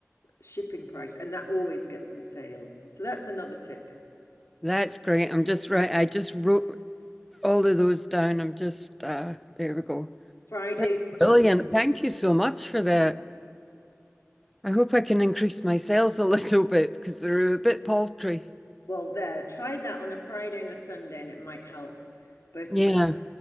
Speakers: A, on the left (about 85°); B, in the centre.
A: shipping price. And that always gets me sales. So that's another tip.
B: That's great. I'm just right. I just wrote all of those down. I'm just uh there we go.
A: Fridays
B: That's
A: and Sundays.
B: brilliant. Thank you so much for that.
A: Yeah.
B: I hope I can increase my sales a <laughs> little bit because they're a bit paltry.
A: Well, there, try that on a Friday and a Sunday, and it might help. But
B: Yeah.
A: uh,